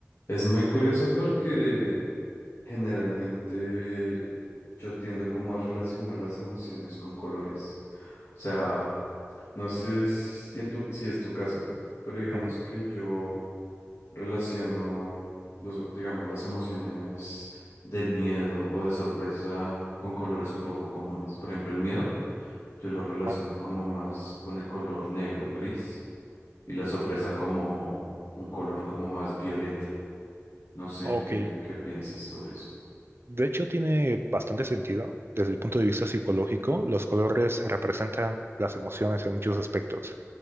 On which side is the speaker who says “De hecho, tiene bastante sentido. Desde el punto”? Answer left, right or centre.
Right